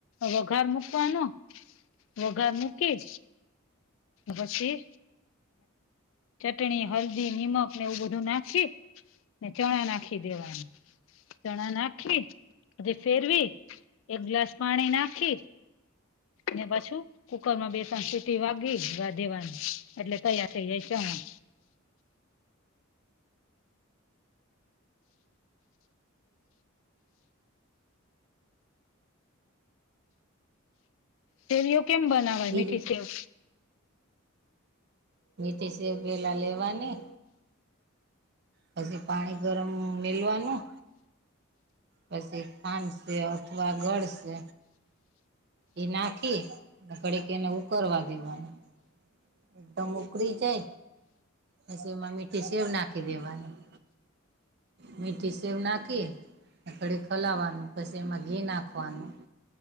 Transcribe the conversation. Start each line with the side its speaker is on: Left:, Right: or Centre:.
Left: વઘાર મૂકવાનો વઘાર મૂકી. પછી ચટણી હલ્દી નિમક ને એવું બધું નાખી ને ચણા નાખી દેવાનું. ચણા નાખી અને ફેરવી એક ગ્લાસ પાણી નાખી. ને પાછું. કુકર માં બેસણ સીટી વાગી દેવાની એટલે તૈયાર થઇ જાય ચણ સેવીઓ કેમ બનાવાય
Right: બીજી
Left: મીઠી સેવ.
Right: મીઠી સેવ પલા લેવાની. પછી પાણી ગરમ મેેલવાનું. પછી કાનસે અથવા ગળસે એ નાખી ઘડી કે એને ઉ કરવારવા દેવાનું. એકદમ ઉકળી છે જસ એમાં મઠ્ઠી સબ નાખી દેવાની. મીઠી સેવ નાખી. ખડી ખોલાવાનું પછી એમાં ઘી નાખવાનુ